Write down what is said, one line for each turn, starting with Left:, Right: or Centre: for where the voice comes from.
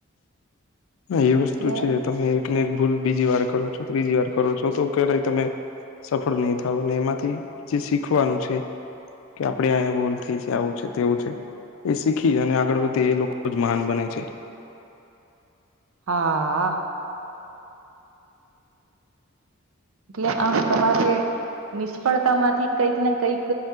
Left: હા એ વસ્તુ
Right: એટલે
Left: છે તમે એક ને એક ભૂલ બીજી વાર કરો ત્રીજી વાર કરો છો તો કે્યારેય તમે સફળ નહીિ થાવ અને એમાંથી જે શીખવાનું છે કે આપડે અયા ગોલ થઈ છે આવું છે તેવું છે એ શીખી અને આગળ વધી એ લોકો જ મહાન બને છે.
Right: હા. એટલે આમ તમારે. નિષ્ફળતા માંથી કંઈક ને કઈક